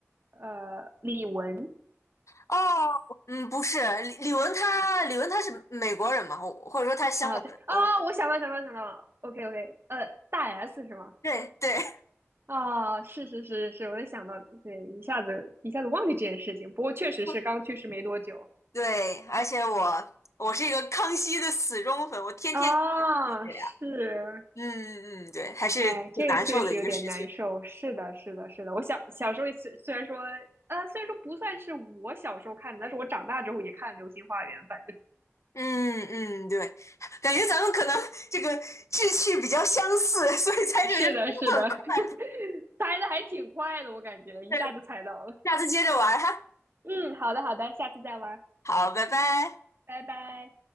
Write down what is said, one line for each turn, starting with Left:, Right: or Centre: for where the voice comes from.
Right: 呃，李玟
Left: 哦，嗯，不是，李李玟她李玟她是美国人嘛，我或者说她是香港人，
Right: 啊，对啊，
Left: 我
Right: 我想到想到想到了，OK OK，呃，大 S 是吗？
Left: 对对
Right: 啊，是是是是，我也想到，对，一下子一下子忘记这件事情，不过确实是刚去世没多久
Left: <laughs> 对，而且我我是一个康熙的死忠粉，我天天
Right: 啊，
Left: 对呀，
Right: 是
Left: 嗯嗯，嗯对，还是挺难受的一个事情。
Right: 哎，这个确实有点难受。是的，是的，是的。我小小时候也虽虽然说，呃，虽然说不算是我小时候看的，但是我长大之后也看《流星花园》，反正
Left: 嗯嗯，对，感觉咱们可能这个志趣比较相似，所以猜这个就很快。
Right: 是的，是的，<laughs> 猜的还挺快的，我感觉一下就猜到了。
Left: 对，下次接着玩哈。
Right: 嗯，好的，好的，下次再玩，
Left: 好，拜拜。
Right: 拜拜。